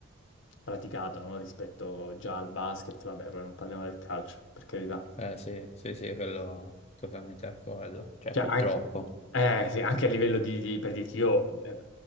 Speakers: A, on the left; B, on the left.
A: praticato, no? Rispetto già al basket, vabbè, poi non parliamo del calcio, per carità.
B: Eh sì, sì, sì, quello totalmente d'accordo. Cioè,
A: Cioè,
B: purtroppo.
A: anche Eh, sì, anche a livello di, di- per dirti io, eh,